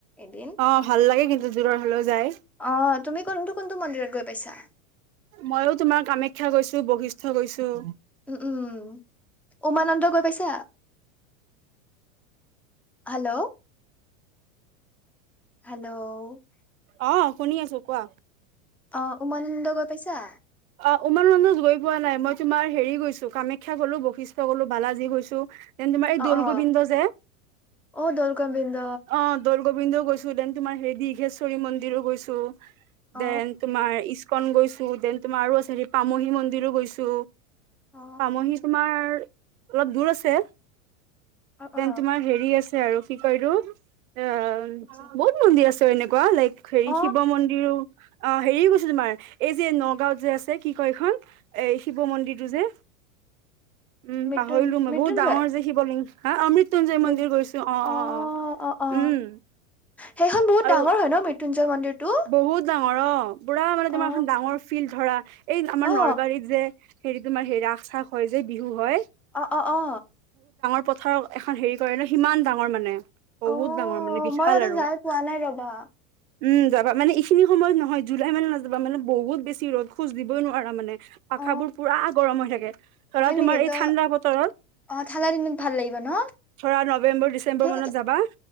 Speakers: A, in the centre; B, on the right.
A: এদিন
B: অ ভাল লাগে কিন্তু দূৰৰ হলেও যায়
A: অ' তুমি কোনটো-কোনটো মন্দিৰত গৈ পাইছা।
B: ময়ো তোমাৰ কামাখ্যা গৈছো, বশিষ্ঠ গৈছো।
A: উম-উম উমানন্দ গৈ পাইছা? হেল্ল', হেল্ল',
B: অ' শুনি আছো কোৱা?
A: অ' উমানমানন্দ গৈ পাইছা?
B: অ' উমৰ মন্দজ গৈ পোৱা নাই মই তোমাৰ হেৰি গৈছো কামাখ্যা গলো বৈশিষ্ঠ গলো বালাজি গৈছো। তেনেকে তোমাৰ এই
A: অ
B: দৌল
A: অ
B: গোবিন্দ যে
A: অ দৌল গোবিন্দ
B: অ' দৌল গোবিন্দও গৈছো। দেন তোমাৰ হেৰি দীৰ্ঘেশ্বৰী মন্দিৰো গৈছো
A: অ
B: দেন তোমাৰ ইস্কন গৈছো দেন, তোমাৰ আৰু আছে হেৰি পামহি মন্দিৰো গৈছো
A: অ
B: পামহি তোমাৰ, অলপ দূৰ আছে
A: অ অ
B: দেন তোমাৰ হেৰি আছে আৰু কি কৰিলো? অ'
A: আচ্ছা
B: বহুত মন্দিৰ আছে এনেকুৱা লাইক হেৰি
A: অ
B: শিৱ মন্দিৰো অ', হেৰি গৈছো তোমাৰ এই যে নগাঁওত যে আছে কি কয় এইখন এই শিৱ মন্দিৰটো যে। উম,
A: মৃত্যুন
B: পাহৰিলো মই
A: মৃত্যুঞ্জয়
B: বহুত ডাঙৰ যে শিৱলিংগ হা অমৃত। সৃত্যুঞ্জয়
A: মৃ
B: মন্দিৰ গৈছো অ-অ-অ
A: অ অ অ
B: উম,
A: সেইখন বহুত
B: আৰু
A: ডাঙৰ হয় ন মৃত্যুঞ্জয় মন্দিৰটো।
B: বহুত ডাঙৰ অ', পুৰা মানে
A: অ
B: তোমাৰ এখন ডাঙৰ ফিল্ড ধৰা এই আমাৰ
A: অ
B: নলবাৰীত যে হেৰি তোমাৰ হে ৰাস চাগ হয় যে। বিহু হয়।
A: অ-অ-অ,
B: পথাৰত এখন হেৰি কৰে ন সিমান ডাঙৰ মানে বহুত
A: অ
B: ডাঙৰ মানে বিশাল
A: মই তাতে
B: আৰু।
A: যাই পোৱা নাই ৰবা।
B: উম, যাবা মানে এইখিনি সময়ত নহয় জুলাই মানে নাযাবা মানে বহুত বেছি ৰ'দ খোজ দিবই নোৱাৰা মানে।
A: অ
B: আখাবোৰ পুৰা গৰম হৈ থাকে ধৰা
A: হয়
B: তোমাৰ
A: নেকি
B: এই
A: ত
B: ঠাণ্ডা বতৰত,
A: অ ঠাণ্ডা দিনত ভাল লাগিব ন
B: ধৰা নৱেম্বৰ, ডিচেম্বৰ
A: অ
B: মানত যাবা